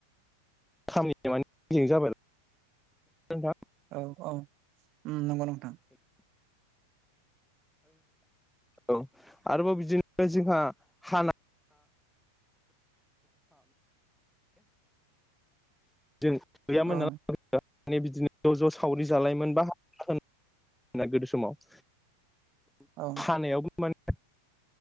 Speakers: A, in the centre; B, on the right.
A: <inaudible> नोंथां
B: औ-औ ओम नंगौ नोंथां
A: औ आरोबाव बिदिनो जोंहा हाना जों गैयामोन
B: औ
A: नालाय माने बिदिनो ज' ज' सावरि जालायोन बा <unintelligible> गोदो समाव <inaudible>
B: औ
A: हानायावबो माने